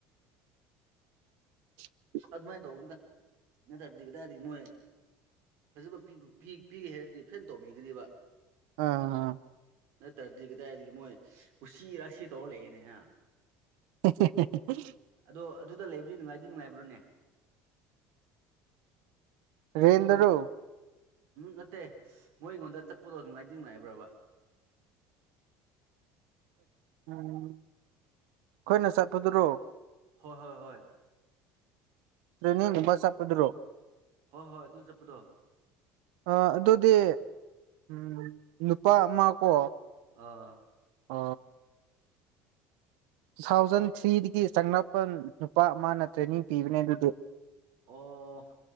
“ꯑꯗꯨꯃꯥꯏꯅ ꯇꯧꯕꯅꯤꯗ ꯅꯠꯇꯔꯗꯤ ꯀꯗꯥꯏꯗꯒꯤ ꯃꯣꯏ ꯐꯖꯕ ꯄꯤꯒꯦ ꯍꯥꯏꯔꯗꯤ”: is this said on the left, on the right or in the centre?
Right